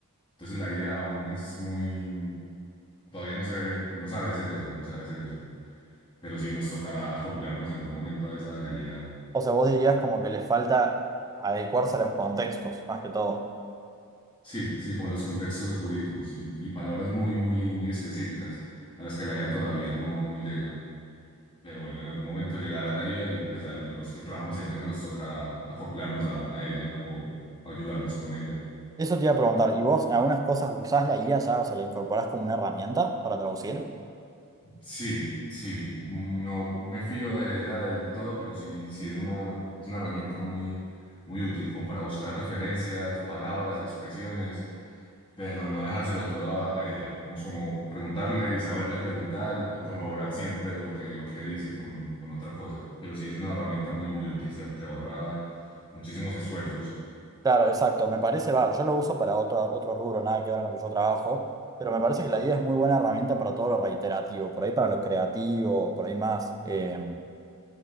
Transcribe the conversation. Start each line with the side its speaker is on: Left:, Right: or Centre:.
Left: Entonces la IA aún es muy Todavía no se no sabe hacer eso, no sabe hacer eso. Pero sí nos tocará acoplarnos en algún momento a esa realidad.
Right: O sea, vos dirías como que le falta adecuarse a los contextos, más que todo.
Left: Sí, sí, como los contextos jurídicos y, y palabras muy, muy, muy específicas a las que la IA todavía no, no llega. Pero bueno, en algún momento llegará la IA y pues a los que trabajamos en eso nos tocará acoplarnos a, a ella o ayudarnos con ella.
Right: Eso te iba a preguntar, ¿y vos en algunas cosas usás la IA ya, o sea, la incorporás como una herramienta para traducir?
Left: Sí, sí, mm, no me fío de ella del todo, pero sí, sí es una, es una herramienta muy, muy útil como para buscar referencias, palabras, expresiones, pero no dejárselo todo a, a ella. Vamos como preguntarle y saberle preguntar y corroborar siempre lo que, lo que dice con, con otra cosa. Pero sí es una herramienta muy, muy útil, se- te ahorra muchísimos esfuerzos.
Right: Claro, exacto. Me parece, va, yo lo uso para otro, otro rubro, nada que ver en lo que yo trabajo, pero me parece que la IA es muy buena herramienta para todo lo reiterativo, por ahí para lo creativo, por ahí más, eh,